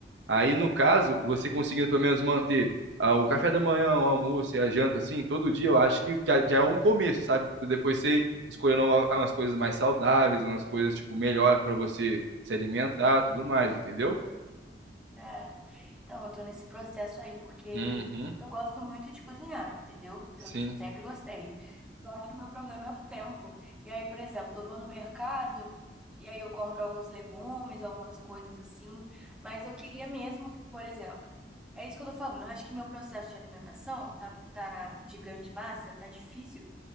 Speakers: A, on the right; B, in the centre.
A: Aí, no caso, você conseguindo pelo menos manter ah, o café da manhã, o almoço e a janta, assim, todo dia, eu acho que já, já é um começo, sabe? Tipo, depois você escolhendo uma- umas coisas mais saudáveis, umas coisas, tipo, melhor para você se alimentar, tudo mais, entendeu?
B: né? Então, eu tô nesse processo aí, porque
A: Uhum,
B: eu gosto muito de cozinhar, entendeu? Eu
A: sim.
B: sempre gostei. Só que meu problema é o tempo. E aí, por exemplo, eu vou no mercado e aí eu compro alguns legumes, algumas coisas assim, mas eu queria mesmo, por exemplo, é isso que eu tô falando. Eu acho que meu processo de alimentação tá, tá de ganho de massa, tá difícil